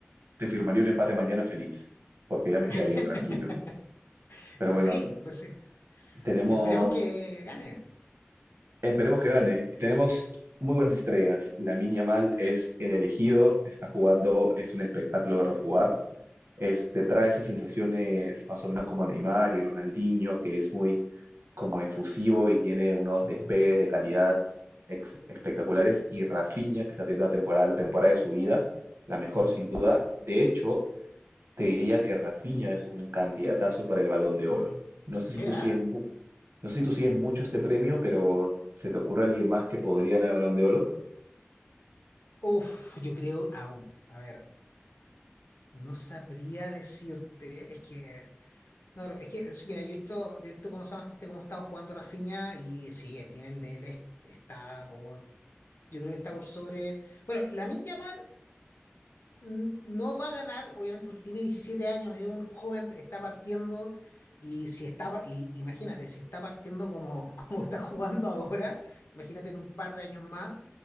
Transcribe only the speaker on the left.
<laughs>
Sí, pues sí.
Esperemos que gane.
Ujú.
Mm.
Mira,
¿eh?
uf, yo creo, au, a ver, no sabría decirte, es que No, pero es que, es- mira, yo he visto, yo he visto cómo se llama este, cómo ha estado jugando Rafinha y sí, el nivel de él es- está por, yo creo que está por sobre, bueno, Lamine Yamal mm, no va a ganar, obviamente porque tiene 17 años, es un joven, está partiendo y si está, par- y, imagínate, si está partiendo como, <laughs> como está jugando ahora, imagínate en un par de años más,